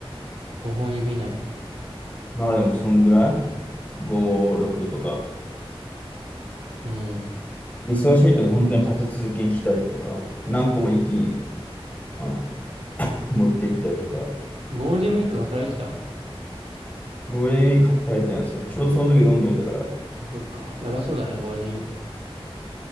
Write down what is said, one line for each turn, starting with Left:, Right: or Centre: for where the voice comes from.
Right: ?5 本指以内。
Left: う。まあでも、そんぐらい ?5、6とか。
Right: うん。
Left: 忙しい時、本当に立て続けに来たりとか、何個も一気に、あの、持って行ったりとか。
Right: ゴールデンウィーク働いてた
Left: ゴールデンウィーク働いてたんですよ。ちょうどその時ロンドンいたから。
Right: あ、そっか。やばそうだね、ゴールデンウィーク。